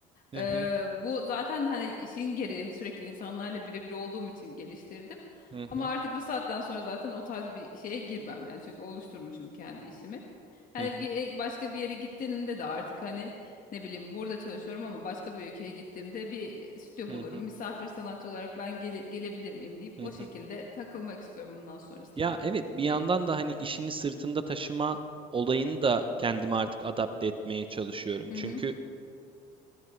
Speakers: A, on the right; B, on the left.
A: hı
B: e,
A: hı
B: bu zaten hani işin geri sürekli insanlarla birebir olduğum için geliştirdim.
A: hı hı
B: Ama artık bu saatten sonra zaten o tarz bir şeye girmem yani çünkü oluşturmuşum kendi işimi. Hani
A: hı
B: ge-
A: hı
B: e, başka bir yere gittiğimde de artık hani ne bileyim burada çalışıyorum ama başka bir ülkeye gittiğimde bir e, stüdyo bulurum.
A: hı hı
B: Misafir sanatçı olarak ben gele- gelebilir miyim deyip
A: hı
B: o şekilde
A: hı.
B: takılmak istiyorum bundan sonrasında
A: Ya
B: da.
A: evet bir yandan da hani işini sırtında taşıma olayını da kendime artık adapte etmeye çalışıyorum.
B: Hı
A: Çünkü
B: hı.